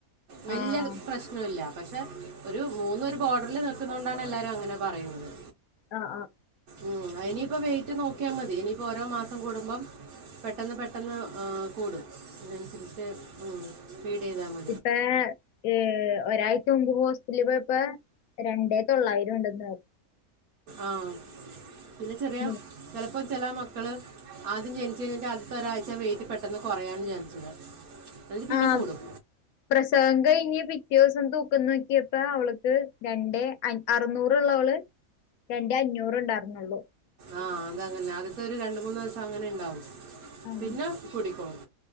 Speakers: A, on the right; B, on the left.
A: വെല്ല്യേ
B: ആഹ്
A: പ്രെശ് - ന്നൂല്ല. പക്ഷെ ഒരു മൂന്ന് ഒരു ബോർഡറിൽ നിൽക്ക്‌ന്നോണ്ടാണ് എല്ലാവരും അങ്ങനെ പറയ്ന്നത്.
B: ആഹ് ആഹ്.
A: ഉം അത് ഇനീ ഇപ്പൊ വെയിറ്റ് നോക്ക്യാ മ ഇനിയിപ്പോ ഓരോ മാസം കൂടുമ്പം പെട്ടെന്ന് പെട്ടെന്ന് ആഹ് കൂടും. അതിനനുസരിച്ച് ഉം ഫീഡെയ്താ മ
B: ഇപ്പഴേ ഏഹ് ഒരാഴ്ച മുമ്പ് ഹോസ്പിറ്റലിൽ പോയപ്പോ രണ്ടേ തൊള്ളായിരം ഉണ്ടെന്ന് പറ
A: ആഹ് പിന്നെ ചെറിയ
B: പറഞ്ഞു
A: ചെലപ്പൊ ചെല മക്കള് ആദ്യം ജനിച്ച് കഴിഞ്ഞ്ട്ട് ആദ്യത്തെ ഒരാഴ്ച വെയിറ്റ് പെട്ടെന്ന് കൊറയാനും ചാൻസ്ണ്ട്. എന്ന്ട്ട് പിന്നെ
B: ആഹ്
A: കൂടും.
B: പ്രസവം കഴിഞ്ഞ് പിറ്റേ ദിവസം തൂക്കം നോക്കിയപ്പോ അവള്ക്ക് രണ്ടേ അ അറുന്നൂറ് ഉള്ള ഓള് രണ്ടേ അഞ്ഞൂറ് ഉണ്ടായി രുന്നൊള്ളു.
A: ആഹ് അതങ്ങനെ അദ്യത്തെ ഒര് രണ്ട് മൂന്ന് ദിവസം അങ്ങനെ ഉണ്ടാവും.
B: ആ,
A: പിന്നെ കുടിക്കോളും